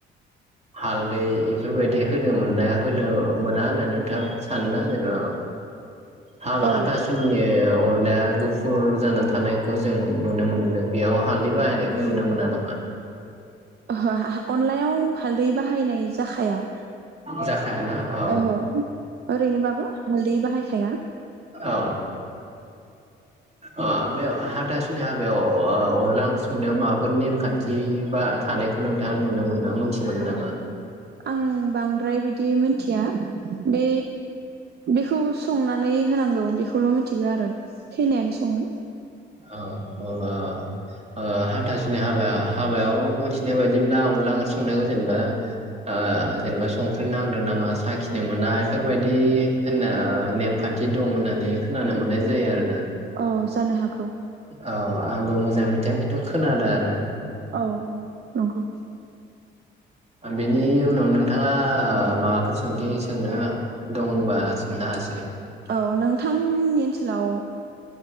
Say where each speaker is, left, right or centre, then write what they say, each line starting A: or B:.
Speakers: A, on the right; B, on the right.
A: हालदै इफोरबायदि होनो मोननाया होनो मोना होननानै नोंथाङा सानोना जेनेबा हाबा
B: औ
A: हाथासुनि अनलाया गुफुर जानानै थानायखौ जों नुनो मोनबोदों बेयाव हालदै बाहायनायखौ नुनो मोना नामा
B: ओहो अनलायाव हालदै बाहायनाय जाखाया
A: जाखायाना औ
B: ओहो ओरैनोबाबो हालदै बाहायखाया
A: औ अ बे हाथासुनि हाबायाव ओ-अनला ओंख्रि संनायाव माबाफोर नेमखान्थि बा थानायखौ नोंथाङा नुनो मोन मोनथि मोनो नामा
B: आं बांद्राय बिदि मिनथिया बे बिखौ संना- नै होनांगौ बेखौल' मिथिगौ आरो खैनायानो सङो
A: औ औ औ हाथासुनि हाबा-हाबायाव मिथिनाय बायदिब्ला अनला ओंख्रि संनायखौ जेनेबा अ जेनेबा संख्रि नांदों नाङा साखिनो मोना बेफोरबायदि होनना नेमखान्थि दं होननानै खोनानो मोननाय जायो आरोना
B: औ जानो हागौ
A: औ आंबो मोजां मिथिया खिन्थु खोनादों आरो
B: औ औ नंगौ
A: बिनि उनाव नोंथाङा माबाफोर सोंथि सोंनो दंबा सोंनो हासिगोन
B: औ नोंथांमोननि ओनसोलाव ओ